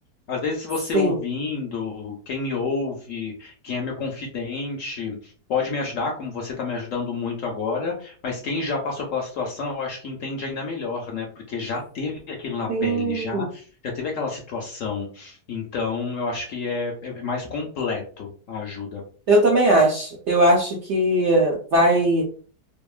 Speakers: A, on the left; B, on the right.
A: Às vezes, se você
B: Sim.
A: ouvindo, quem me ouve, quem é meu confidente, pode me ajudar, como você está me ajudando muito agora, mas quem já passou pela situação, eu acho que entende ainda melhor, né? Porque já teve aquilo na
B: Sim.
A: pele, já, já teve aquela situação. Então, eu acho que é é é mais completo a ajuda.
B: Eu também acho. Eu acho que vai.